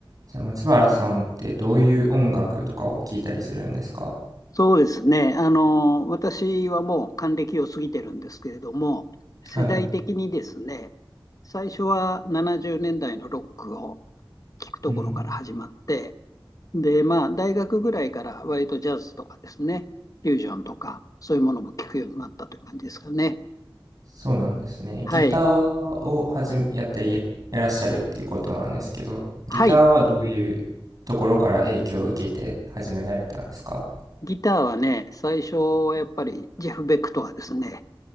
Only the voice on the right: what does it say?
じゃあ松原さんってどういう音楽とかを聴いたりするんですか
はい。
うん。
そうなんですね。
ギターをはじめ、やっていらっしゃるっていうことなんですけど、ギターはどういうところから影響を受けて始められたんですか